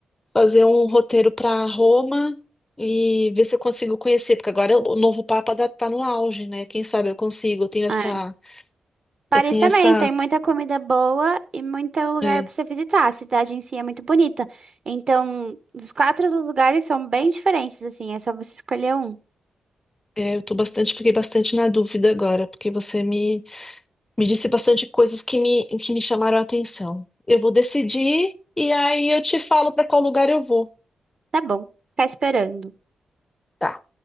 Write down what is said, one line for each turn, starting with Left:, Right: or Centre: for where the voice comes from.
Left: Fazer um roteiro para Roma e ver se eu consigo conhecer, porque agora o novo Papa da- tá no auge, né? Quem sabe eu consigo. Eu tenho essa,
Right: Ah, Paris
Left: eu tenho
Right: também
Left: essa,
Right: tem muita comida boa e muito lugar
Left: é,
Right: pra você visitar. A cidade em si é muito bonita. Então, os quatro lugares são bem diferentes, assim. É só você escolher um.
Left: é, eu tô bastante, fiquei bastante na dúvida agora, porque você me, me disse bastante coisas que me, que me chamaram a atenção. Eu vou decidir e aí eu te falo para qual lugar eu vou.
Right: Tá bom, ficar esperando.
Left: Tá.